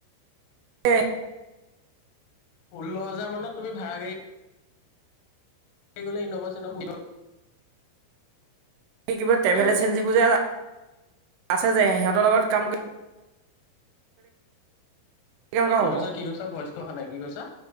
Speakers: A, on the right; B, on the left.
A: এ
B: ষোল্ল হাজাৰ মানত তুমি ভাড়া গাড়ী গলে ইন'ভা চিনভা
A: কিবা ট্ৰেভেল
B: হেল্ল'
A: এজেঞ্চিবোৰ যে আছে যে সিহঁতৰ লগত কাম কৰি কেনেকুৱা
B: কি
A: হ'ব
B: কৈছা কি কৈছা ভইচটো অহা নাই কি কৈছা